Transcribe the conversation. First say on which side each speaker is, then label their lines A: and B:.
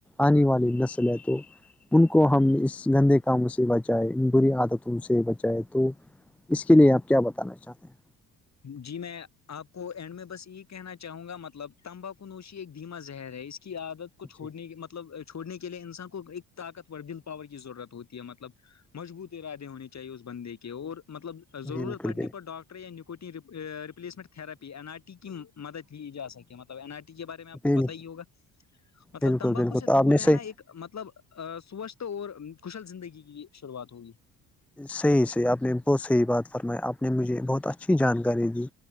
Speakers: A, in the centre; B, on the left.
A: آنے والی نسل ہے تو ان کو ہم اس گندے کاموں سے بچائے بری عادتوں سے بچائے تو اس کے لیے آپ کیا بتانا چاہتے ہیں
B: جی میں آپ کو اینڈ میں بس یہی کہنا چاہوں گا مطلب تمباکو نوشی ایک دھیما زہر ہے اس کی عادت کو چھوڑنے
A: جی
B: مطلب چھوڑنے کے لیے انسان کو ایک طاقتور ول پاور کی ضرورت ہوتی ہے مطلب مضبوط ارادے ہونے چاہیے اس بندے کے اور مطلب ضرورت
A: بالکل
B: پڑنے پر ڈاکٹر یا replacement therapy N R T کی مدد ہی جا سکے م این آر ٹی کے بارے
A: بالکل
B: میں آپ کو پتا ہی ہوا مطلب
A: بالکل
B: تمباکو
A: بالکل
B: سے
A: تو
B: دور
A: آپ
B: رہنا
A: نے صحیح
B: ایک مطلب سوچھ اور کشل زندگی کی شروعات ہوگی
A: صحیحی آپ نے بہت صحیح بات فرمائی آپ نے مجھے بہت اچھی جانکاری دی